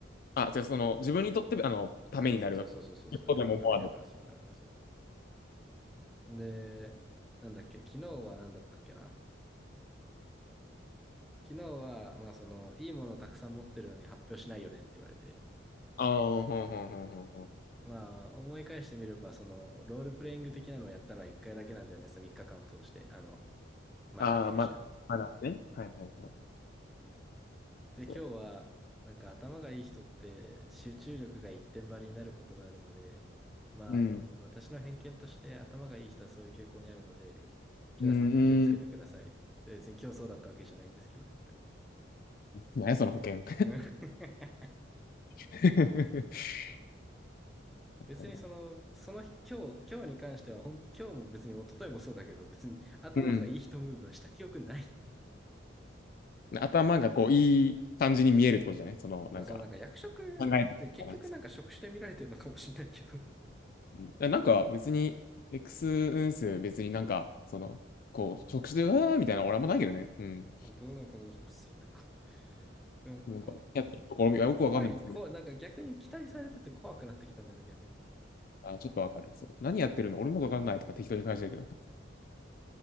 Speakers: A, on the left; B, in the centre.
A: あ、じゃあその、自分にとって、あの、
B: まあね、
A: ためになるわけ。
B: そうそうそうそうそうそう、
A: 一歩でも思わぬ。
B: 自分のためにはプラスにはならない、そう。で、なんだっけ、昨日は何だったっけな。昨日は、まあ、その、いいものをたくさん持ってるのに発表しないよねって言われて、
A: ああ、ほんほんほんほんほん。
B: まあ、思い返してみれば、その、ロールプレイング的なのをやったのは1回だけなんだよね、その3日間を通して、あの、マナー研修の。
A: ああ、ま、まだね。はいはいはい。
B: うんで、今日は、
A: そ
B: なんか頭がいい人って集中力が一点張りになることがあるので、まあ、
A: う。うん。
B: あの、私の偏見として頭がいい人はそういう傾向にあるので、キラさんも気をつけてください。
A: うん、うん。
B: 別に今日そうだったわけじゃないんですけど、って
A: 何や、その保険。
B: 言われて。うん
A: <laughs>
B: <laughs> 別にその、
A: そうだ
B: その日、今日、今日に関してはほん、今日も別に一昨日もそうだけど、別に頭がいい人ムーブはした記憶ない。
A: うん。
B: <laughs>
A: 頭がこう、いい感じに見えるってことじゃないその、
B: まあ、
A: なんか、
B: そのなんか役職って結局なんか職種で見られてるのかもしれないけど、
A: 考えてたな。うんだなんか別に、X 運数別になんか、その、こう、直視で、うわーみたいな、俺はあんまないけどね。うん。
B: 本当なんか、そうなんか、うん、なんか、
A: なんか、やってるところ、
B: こ、
A: いやよくわかんないですけど、
B: 怖い、こ、なんか逆に期待されてて怖くなってきたんだよね、逆に今
A: あ、ちょっとわかる。そう。何やってるの俺もわかんないとか適当に返してるけど。